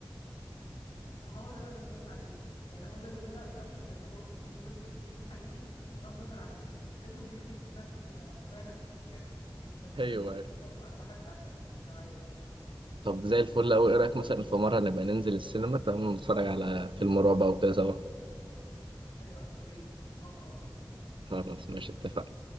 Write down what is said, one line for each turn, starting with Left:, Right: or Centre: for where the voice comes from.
Left: هو ده اللي انا بتكلم عليه يعني هو ده اللي مرعب قوي لان هو في جزء ممكن يكون حقيقي بس بغض النظر عن ان الفيلم بيحكي بشكل مبالغ فيه يعني بس كان
Right: ايوه
Left: خطير برضو انا بحب الافلام اللي من النوعيه دي جدا
Right: طب زي الفل قوي ايه رايك مثلا في مره نبقى ننزل السينما تمام نتفرج على فيلم رعب او كده سوا
Left: حلوه قوي يا ريت موافقه والله
Right: خلاص ماشي اتفقنا